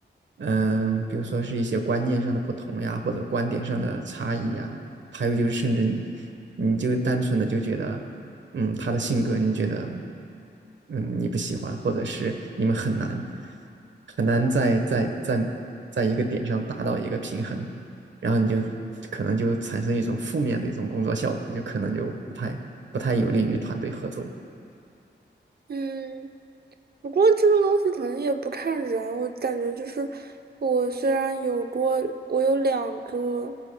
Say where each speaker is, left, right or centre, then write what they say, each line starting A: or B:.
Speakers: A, on the right (about 75°); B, on the right (about 55°).
A: 嗯、比如说是一些观念上的不同呀，或者观点上的差异呀，还有就是甚至你，你就单纯的就觉得，嗯，他的性格你觉得，嗯，你不喜欢，或者是你们很难很难在在在在一个点上达到一个平衡。然后你就可能就产生一种负面的一种工作效果，就可能就不太不太有利于团队合作。
B: 嗯，不过这个东西可能也不看人，我感觉就是我虽然有过，我有两个，